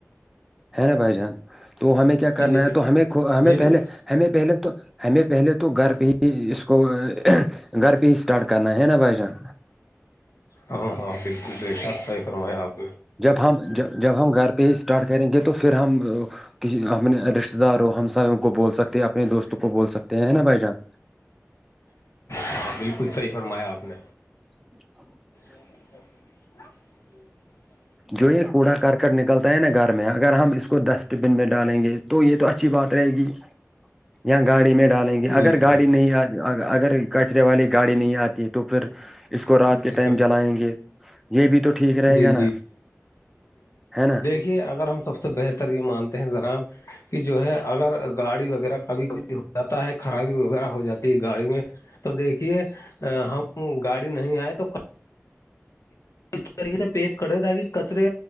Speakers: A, in the centre; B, on the left.
A: ہے نا بھائی جان تو ہمیں کیا کرنا
B: جی
A: ہے تو ہمیں ہمیں
B: جی جی
A: پہلے ہمیں پہلے تو ہمیں پہلے تو گھر پہ ہی اس کو گھر پہ ہی اسٹارٹ کرنا ہے نا بھائی جان
B: ہاں ہاں بالکل بے شخہ ہی فرمایا آپ
A: ہمم ج جب ہم گھر پہ ہی اسٹارٹ کریں گے تو پھر ہم کسی ہمنے رشتے داروں ہمساوں کو بول سکتے ہیں اپنے دوستوں کو بول سکتے ہیں نا بھائی جان
B: ہاں بالکل صحی فرمایا آپ نے
A: <inaudible>
B: <inaudible>
A: جو یہ کوڑا کرکٹ نکلتا ہے نا گھر میں اگر ہم اس کو ڈسٹ بن میں ڈالیں گے تو یہ تو اچھی بات رہے گی یا گاڑی میں ڈالیں گے
B: جی
A: اگر گاڑی
B: جی
A: نہیں اگر کچرے والی گاڑی نہیں آتی تو پھر اس کو رات کے
B: بے
A: ٹائم
B: شک
A: جلائیں گے یہ بھی تو ٹھیک رہے
B: جی
A: گا نا ہے نا
B: یہ اگر ہم سب سے بہتر یہ مانتے ہیں جناب کہ جو ہے اگر گاڑی وغیرہ کبھی کبھی ہو جاتا ہے خرابی وغیرہ ہو جاتی ہے گاڑی میں تو دیکھیے ہم گاڑی نہیں آئے تو اس طریقے سے پیک کرے تاکہ کچرے